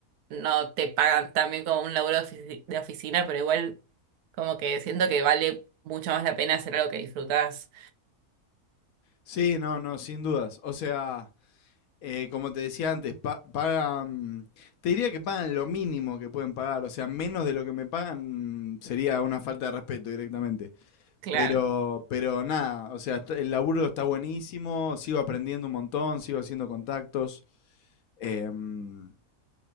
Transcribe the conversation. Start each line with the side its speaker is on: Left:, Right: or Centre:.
Right: no te pagan tan bien como un laburo de ofici- de oficina, pero igual como que siento que vale mucho más la pena hacer algo que disfrutás.
Left: Sí, no, no, sin dudas. O sea, eh, como te decía antes, pa- pagan, te diría que pagan lo mínimo que pueden pagar. O sea, menos de lo que me pagan sería una falta de respeto directamente.
Right: Claro,
Left: Pero, pero nada, o sea, está- el laburo está buenísimo, sigo aprendiendo un montón, sigo haciendo contactos. Em,